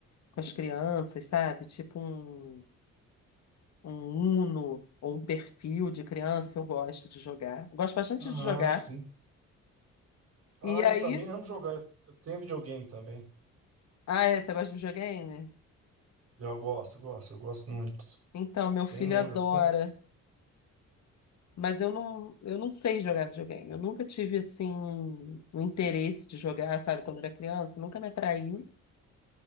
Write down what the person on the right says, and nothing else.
Ah,
sim. Ah,
eu também amo jogar, eu eu tenho videogame também.
Eu gosto, gosto, eu gosto muito.
Tem um.
eu con-